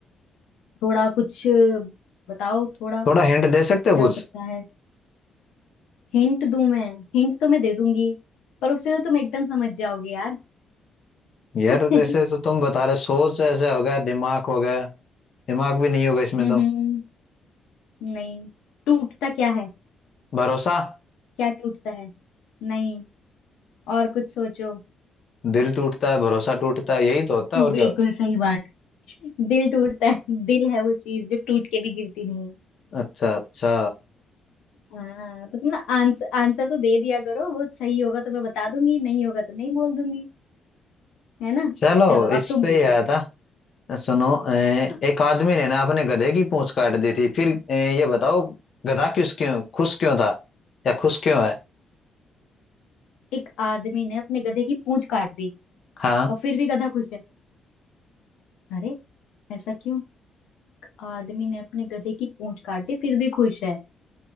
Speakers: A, on the left; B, on the left.
A: थोड़ा कुछ बताओ थोड़ा
B: थोड़ा हिंट दे सकते
A: क्या
B: हो कुछ
A: हो सकता है हिंट दूं मैं हिंट तो मैं दे दूंगी पर उससे तो तुम एकदम समझ जाओगे यार <laughs>
B: यार
A: हम्म
B: जैसे तो तुम बता रहे सोच ऐसे हो गया दिमाग हो गया दिमाग भी नहीं होगा इसमें
A: हम्म,
B: तो
A: नहीं टूटता क्या है
B: भरोसा
A: क्या टूटता है नहीं और कुछ सोचो
B: दिल टूटता है भरोसा टूटता है यही तो होता है और
A: बिल्कुल
B: क्या होता
A: सही बात दिल टूटता है दिल है वो चीज जो टूट के भी गिरती नहीं है
B: है अच्छा अच्छा
A: हाँ तो तुम ना आंसर आंसर तो दे दिया करो वो सही होगा तो मैं बता दूंगी नहीं होगा तो नहीं बोल दूंगी है ना
B: चलो
A: चलो
B: इस
A: अब तुम
B: पे
A: पूछो
B: ही आया था सुनो अ,
A: हाँ
B: एक आदमी ने ना अपने गधे की पूंछ काट दी थी फिर अ, ये बताओ गधा किस क्यों खुश क्यों था या खुश क्यों है
A: एक आदमी ने अपने गधे की पूंछ काट दी
B: हाँ
A: और फिर भी गधा खुश है अरे ऐसा क्यों आदमी ने अपने गधे की पूंछ काट दी फिर भी खुश है